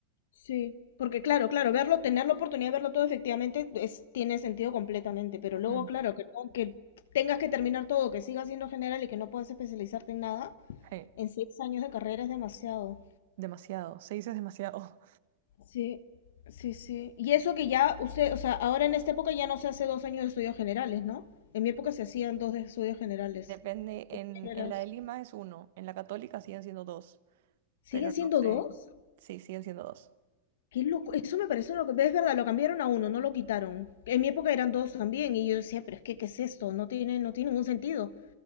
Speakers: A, on the left; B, on the right.
A: Sí, porque claro, claro, verlo, tener la oportunidad de verlo todo efectivamente es, tiene sentido completamente, pero
B: Ujú.
A: luego, claro, que, no- que tengas que terminar todo, que sigas siendo general y que no puedas especializarte en nada,
B: Sí,
A: en seis años de carrera es demasiado.
B: demasiado, seis es demasiado.
A: Sí, sí, sí. Y eso que ya usted, o sea, ahora en esta época ya no se hace dos años de estudios generales, ¿no? En mi época se hacían dos de estudios generales.
B: Depende, en,
A: Generas.
B: en la de Lima es uno, en la Católica siguen siendo dos,
A: ¿Siguen
B: pero
A: siendo
B: no sé,
A: dos?
B: sí, siguen siendo dos.
A: Qué loco, eso me parece loco. Es verdad, lo cambiaron a uno, no lo quitaron. En mi época eran dos también, y yo decía, pero es que, ¿qué es esto? No tiene, no tiene ningún sentido.